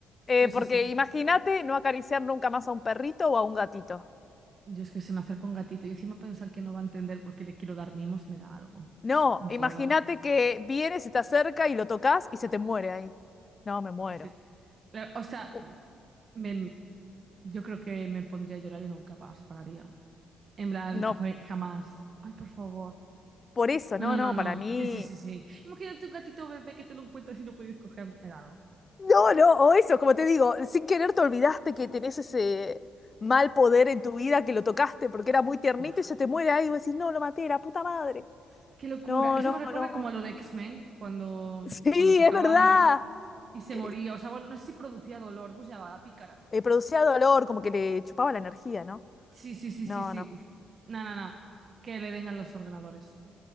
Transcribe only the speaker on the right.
Sí,
sí, sí.
Yo es que se me acerca un gatito y encima pensar que no va a entender porque le quiero dar mimos y me da algo.
No
puedo.
Que se- La- O sea,
me- yo creo que me pondría a llorar y nunca más pararía. En plan,
joe, jamás. Ay, por favor.
No,
no, no,
no.
Sí, sí, sí, sí. Imagínate un gatito bebé que te lo encuentras y no puedes cogerlo. Me da algo.
No.
Buah.
Qué locura.
Eso
me recuerda
como a
lo de X-Men, cuando,
cuando tocaban
y se
moría. O sea, bueno, no sé si producía dolor. ¿Cómo se llamaba? La pícara.
Sí, sí, sí,
sí, sí.
Uf. No, no, no. Que le den a los ordenadores.